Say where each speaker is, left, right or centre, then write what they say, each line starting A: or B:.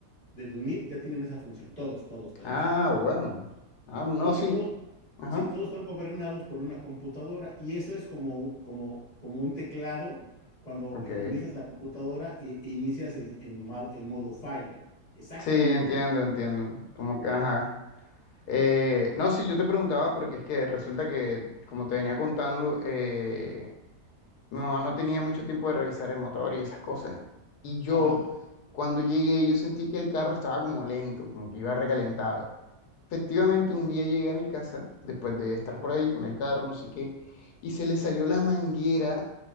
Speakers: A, on the left; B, on the left.
A: del dos mil ya tienen esa función. Todos, todos, todos,
B: Ah,
A: todos.
B: bueno. Ah, no,
A: Porque
B: sí.
A: todos,
B: Ajá.
A: sí, todos están gobernados por una computadora y eso es como, como, como un teclado cuando
B: Ok.
A: eh, inicias la computadora e e inicias en, en, ma- en modo falla. Exactamente.
B: Sí, entiendo,
A: igual.
B: entiendo. Como que, ajá. Eh, no, sí, yo te preguntaba porque es que resulta que, como te venía contando, eh, mi mamá no tenía mucho tiempo de revisar el motor y esas cosas. Y yo,
A: Ajá,
B: cuando llegué, yo sentí que el carro estaba como lento, como que iba recalentado. Efectivamente, un día llegué a mi casa, después de estar por ahí con el carro, no sé qué, y se le salió la manguera,